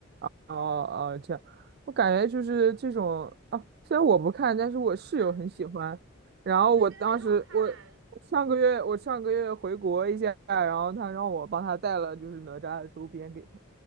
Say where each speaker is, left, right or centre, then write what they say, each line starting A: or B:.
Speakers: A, on the right; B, on the right.
A: 哦哦，这样，我感觉就是这种啊，虽然我不看，但是我室友很喜欢。
B: 嗯，
A: 然后我当时我我上个月我上个月回国一下，
B: 但是真的很好看
A: 然后他让我帮他带了就是哪吒的周边给他。